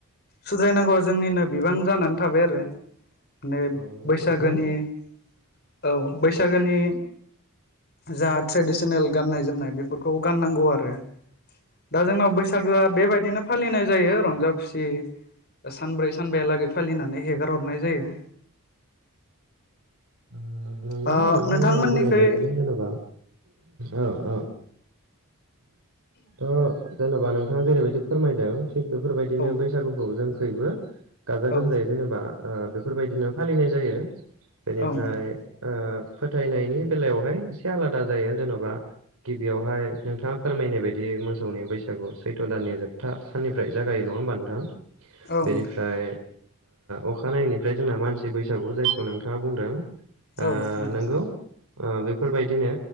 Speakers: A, on the left; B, on the right.
A: सुद्रायनांगौआ जोंनिनो बिबान जानानै थाबाय आरो माने
B: औ नंगौ
A: बैसागोनि
B: नोंथां ओ
A: औ बैसागोनि जा ट्रेडिसनेल गाननाय जोमनाय बेफोरखौ गाननांगौ आरो दा जोंनाव बैसागोआ बेबायदिनो फालिनाय जायो रंजा खुसि सानब्रै सानबयालागै फालिनानै हेगार हरनाय जायो।
B: नंगौ
A: ओ
B: नोंथांमोना
A: नोंथांमोननिखै
B: बुंनाय बायदिनो जेनेबा औ औ औ ओ जेनेबा नों- थाङा जेरैबायदि फोरमायदों थिग बेफोरबायदिनो
A: औ
B: बैसागुखौ जोंखैबो गाजा
A: औ
B: गोमजायै जेनेबा बेफोरबायदिनो फालिनाय जायो बेनिफ्राय
A: औ नोंथां
B: फोथायनायनि बेलायावहाय एसे आलादा जायो जेन'बा गिबियावहाय नोंथाङा फोरमायनाय बायदि मोसौनि बैसागु सैथ' दाननि जोबथा साननिफ्राय जागायो नङा नङा होमबा नोंथां
A: औ
B: बेनिफ्राय
A: नोंथां
B: अखानायैनिफ्राय‌ जोंना मानसि बैसागु जायखौ नोंथाङा बुंदों ओ
A: औ नंगौ
B: नोंगौ
A: नोंथां
B: बेफोरबायदिनो